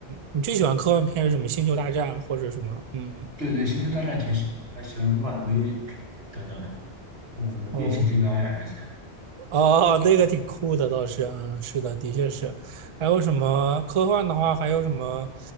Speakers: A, on the right; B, on the right.
A: 你最喜欢科幻片是什么？星球大战或者什么？嗯
B: 对对，《星球大战》挺喜欢，我还喜欢漫威等等，我什么变形金刚呀这些。
A: 哦哦，那个挺酷的倒是，嗯是的，的确是。还有什么科幻的话，还有什么